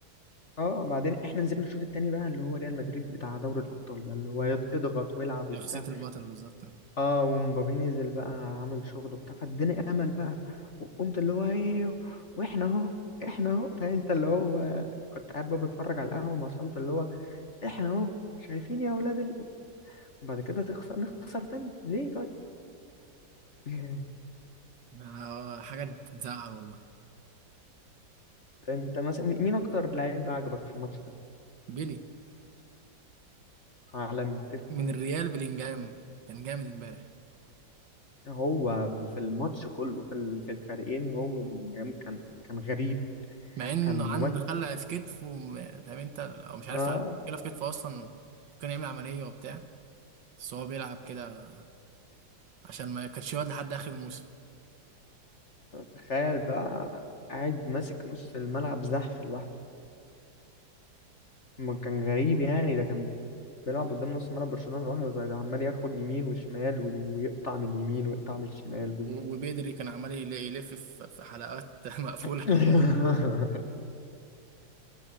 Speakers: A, on the left (about 40°); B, on the right (about 70°).
A: اه بعدين احنا نزلنا الشوط التاني بقى اللي هو ريال مدريد بتاع دوري الابطال بقى اللي هو يض- اضغط والعب وبتاع
B: شخصيه البطل بالظبط
A: اه ومبابي نزل بقى عمل شغل وبتاع فاداني امل بقى وقمت اللي هو ايه واحنا اهو احنا اهو فانت اللي هو كنت قاعد بقى بتفرج على القهوه مع اصحابي فاللي هو احنا اهو شايفين يا اولاد ال... وبعد كده تخسر نخسر تاني ليه طيب <laughs>
B: آه، حاجه تزعل والله
A: انت مثلا مين اكتر لعيب عجبك في الماتش ده
B: بيلي
A: عالمي
B: من الريال بلينجهام كان جامد امبارح
A: هو في الماتش كله في ال- في الفريقين هو بلينجهام كان كان غريب
B: مع انه
A: كان
B: عنده خلع في كتفه وم- فاهم انت او مش عارف
A: وقتها
B: عنده مشكله في كتفه اصلا كان يعمل عمليه وبتاع بس هو بيلعب كده عشان ما كانش يقعد لحد اخر الموسم
A: تخيل بقى قاعد ماسك نص الملعب زحف لوحده ما كان غريب يعني ده كان بيلعب قدام نص ملعب برشلونة لوحده ده ده عمال ياخد يمين وشمال وي- ويقطع من اليمين ويقطع من الشمال وي...
B: و- وبيدري كان عمال يل- يلف في في حلقات <laughs> مقفولة
A: <laughs>